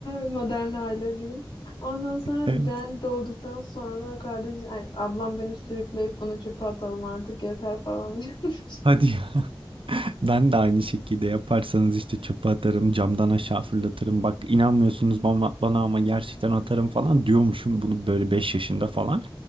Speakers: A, on the left; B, on the right.
A: modern aile diyeyim. Ondan sonra
B: evet.
A: ben doğduktan sonra kardeş, ay, ablam beni sürükleyip bunu çöpe atalım artık yeter falan <laughs> diyormuş.
B: Hadi ya. <laughs> Ben de aynı şekilde yaparsanız işte çöpe atarım, camdan aşağı fırlatırım. Bak inanmıyorsunuz bana, bana ama gerçekten atarım falan diyormuşum bunu böyle 5 yaşında falan.